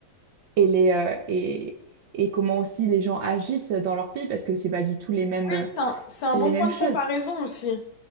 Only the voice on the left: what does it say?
Oui,
c'est un, c'est un
bon
point
de comparaison aussi.